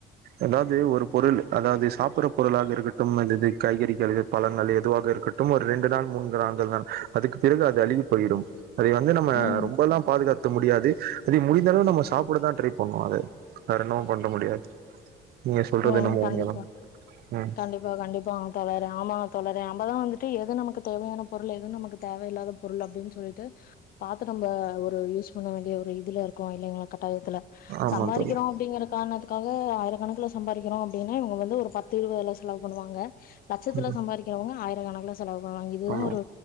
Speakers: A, on the right; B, on the left.
A: அதாவ்து ஒரு பொருளு அதாவ்து சாப்பற பொருளாக இருக்கட்டும் அல்லது காய்கறிகள் இது பழங்கள் எதுவாக இருக்கட்டும் ஒர் ரெண்டு நாள் மூன்கு நாள்கள் தான் அதுக் பிறகு அது அழுகி போயிடும் அதை வந்து நம்ம
B: ம்
A: ரொம்பல்லா பாதுகாத்த முடியாது அதை முடிந்தளவு நம்ம சு சாப்படதா ட்ரை பண்ணு அத வேற என்னமு பண்ட முடியாது நீங்க சொல்றது
B: ம்
A: என்னமோ
B: கண்டிப்பா
A: உண்மதா ம்
B: கண்டிப்பா கண்டிப்பாங்க தோழரே ஆமா தோழரே நம்பதா வந்துட்டு எது நமக்கு தேவையான பொருள் எது நமக்கு தேவ இல்லாத பொருள் அப்டின் சொல்லிட்டு பாத்து நம்ப ஒரு யூஸ் பண்ண வேண்டிய ஒரு இதுல இருக்கோ இல்லைங்ளா கட்டாயத்துல
A: ஆமா
B: சம்பாரிக்கிறோ
A: தோழி
B: அப்டிங்ற காரணத்துக்காக ஆயிரக்கணக்குல செ சம்பாரிக்கிறோ அப்டினா இவுங்க வந்து ஒரு பத்து இருலதுல செலவு பண்ணுவாங்க லட்சத்துல
A: ம்
B: சம்பாரிக்கிறவங்க ஆயிரக்கணக்ல செ செலவு பண்ணுவாங்க இதுதா
A: ஆமா
B: ஒரு